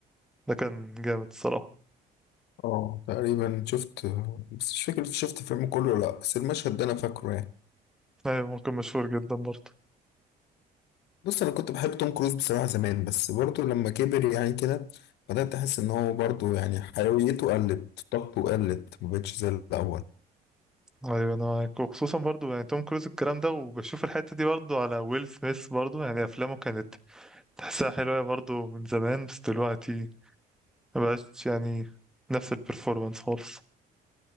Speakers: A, in the centre; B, on the left (about 80°).
A: ده كان جامد الصراحة
B: اه تقريبا شفت بس مش فاكر شفت الفيلم كله ولا لا بس المشهد ده انا فاكره يعني
A: أيوة ممكن مشهور جدا برضه
B: بص انا كنت بحب توم كروز بصراحه زمان بس برضه لما كبر يعني كده بدات احس ان هو برضه يعني حيويته قلت طاقته قلت ما بقتش زي الاول
A: أيوة أنا معاك وخصوصا برضه يعني توم كروز الكلام ده وبشوف الحتة دي برضه على ويل سميث برضه يعني أفلامه كانت تحسها حلوة برضه من زمان بس دلوقتي مبقاش يعني نفس البرفورمانس خالص